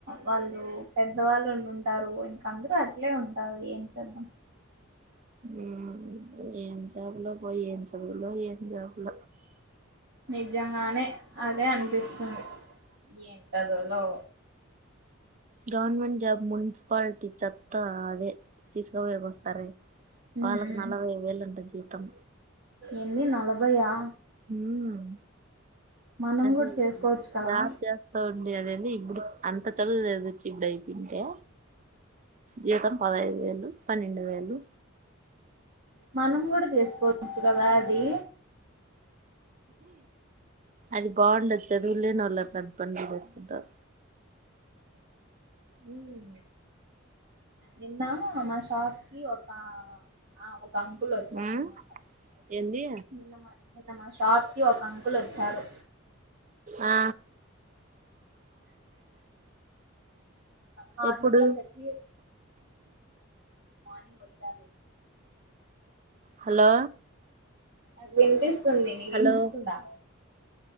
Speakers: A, on the right; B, on the right.
A: వాళ్ళు పెద్ద వాళ్ళు ఉండుంటారు ఇంక అందరుూ అట్లే ఉంటారు ఏం చేద్దాం
B: ఉమ్మ్ ఏం జాబులో పో ఏం చదువులో ఏం జాబులో
A: నిజంగానే అదే అనిపిస్తుంది ఏం చదువులో
B: గవర్నమెంట్ జాబ్ మున్సిపాలిటీ చెత్తా అదే తీసుకుపోయేకి వస్తారే
A: ఉమ్
B: వాళ్ళకి నలవే వేలంట జీతం
A: ఏంది నలభైయా
B: ఉమ్మ్
A: మనం
B: అదే
A: కూడా చేసుకోవచ్చు కదా
B: జాబ్ చేస్తా ఉంది కదా అది ఇప్పుడు అంత చదువు చదివి చ్చి ఇప్పుడు అయ్పింటే జీతం పదహైదు వేలు పన్నెండు వేలు
A: మనం కూడా చేసుకోవచ్చు కదా అది
B: అది బాగుండది చదువులేనోల్లు అట్లాంటి పనులు చేసుకుంటారు
A: ఉమ్ నిన్న మాషాప్‌కి ఒక ఆ ఒ క్క అంకులు వచ్చారన్నమాట
B: ఉమ్ ఏంది
A: నిన్నమా నిన్న మాషాప్‌కి ఒక అంకుల్ వచ్చారు
B: ఆ
A: నార్మల్‌గా
B: ఎప్పుడు
A: సక్కి మార్నింగ్ వచ్చారే
B: హలో
A: నాకు వినిపిస్తుంది నీకు
B: హలో
A: వినిపిస్తుందా